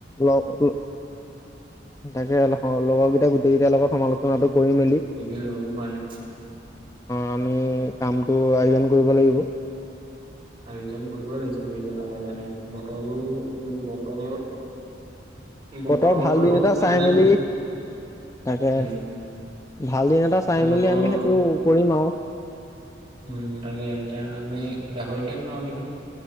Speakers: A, on the left; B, on the right.
A: ল তাকে লগৰ কেইটা গোটেই কেইটাৰ লগত সমালোচনাটো কৰি মেলি অ,
B: বহুত দিন লগো হোৱা নাই
A: আমি কামটো আয়োজন কৰিব লাগিব
B: আয়োজন কৰিব লাগিছিলে এতিয়া লাহে- লাহে বতৰো বতৰ বতৰলৈও
A: বতৰ ভাল দিন এটা
B: থাকিলে
A: চাই মেলি
B: নহ'লে
A: তাকে
B: উম
A: ভাল দিন এটা
B: এতিয়া
A: চাই
B: বতৰ
A: মেলি আমি সেইটো কৰিম আৰু
B: উম তাকে এতিয়া আমি গাহৰিকে খাওঁ নেকি